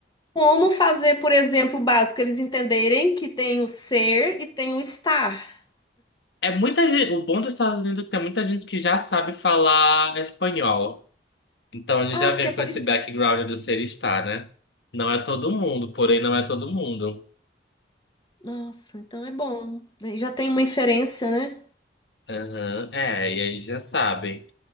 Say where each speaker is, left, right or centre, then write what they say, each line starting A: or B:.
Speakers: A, on the left; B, on the left.
A: Como fazer, por exemplo, o básico, eles entenderem que tem o ser e tem o estar.
B: É muita gente, o bom dos Estados Unidos é que tem muita gente que já sabe falar espanhol. Então ele
A: Ah,
B: já vem
A: porque é parecido.
B: com esse background do ser estar, né? Não é todo mundo, porém não é todo mundo.
A: Nossa, então é bom. Daí Já tem uma inferência, né?
B: Aham, É, e aí já sabem.